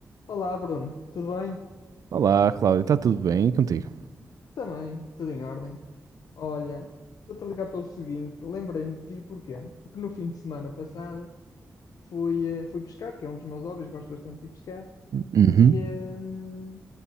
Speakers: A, on the left; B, on the right.
A: Olá, Bruno, tudo bem?
B: Olá, Cláudio, está tudo bem E contigo?
A: Também, tudo em ordem. Olha, estou-te a ligar pelo seguinte, lembrei-me de ti, porquê? Porque no fim de semana passado fui, eh, fui pescar, que é um dos meus hobbies, gosto bastante de ir pescar,
B: Uhum.
A: e, ehm,